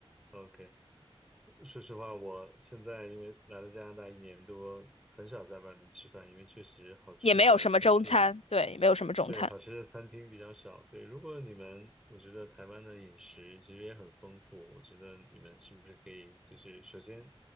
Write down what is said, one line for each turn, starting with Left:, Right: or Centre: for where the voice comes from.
Centre: ？OK，说实话，我现在因为来了加拿大一年多，很少在外面吃饭，因为确实好吃的餐厅，
Left: 也没有什么中餐，对，也没有什么中餐，
Centre: 对，好吃的餐厅比较少。对，如果你们，我觉得台湾的饮食其实也很丰富，我觉得你们是不是可以，就是首先